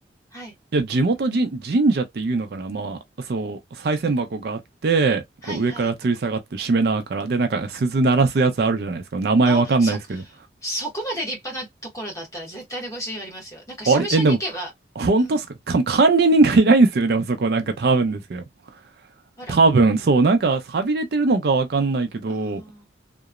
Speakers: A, on the left (about 15°); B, on the right (about 55°).
A: はい。
B: いや、地元神、神社っていうのかなまあ、そう、賽銭箱があって、
A: はいはい。
B: こう上から吊り下がってるしめ縄から、で、なんか鈴鳴らすやつあるじゃないですか。名前わかんないですけど。
A: あ、そ、そこまで立派なところだったら絶対にご朱印ありますよ。なんか、
B: あれ、
A: 社務所に行けば、
B: え、でも、本当っすかか、
A: うん。
B: 管理人がいないんですよね。でもそこなんか多分ですけど。
A: あら。
B: 多分、そう、なんか寂れてるのかわかんないけど、
A: ああ。